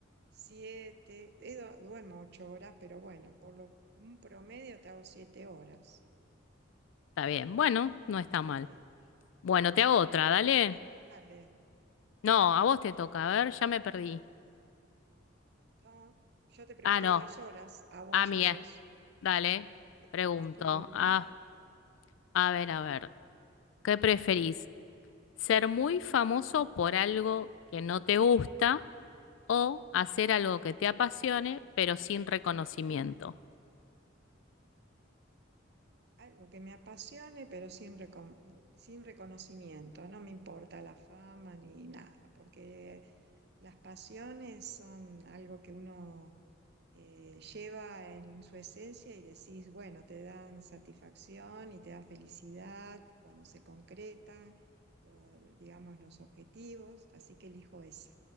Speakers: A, on the right; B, on the left.
A: 7, duermo 8 horas, pero bueno, por lo, un promedio te hago 7 horas.
B: está bien. Bueno, no está mal.
A: Eh,
B: Bueno, te hago otra, dale.
A: dale.
B: No, a vos te toca, a ver, ya me perdí.
A: No, yo te pregunté
B: Ah, no,
A: las horas, a vos,
B: a mí
A: a vos.
B: es. Dale,
A: Eh,
B: pregunto.
A: Es tu turno.
B: Ah, a ver, a ver, ¿qué preferís? Ser muy famoso por algo que no te gusta o hacer algo que te apasione, pero sin reconocimiento.
A: algo que me apasione, pero sin, recon- sin reconocimiento. No me importa la fama ni nada, porque las pasiones son algo que uno eh, lleva en su esencia y decís, bueno, te dan satisfacción y te dan felicidad cuando se concretan, lo- digamos, los objetivos. Así que elijo esa.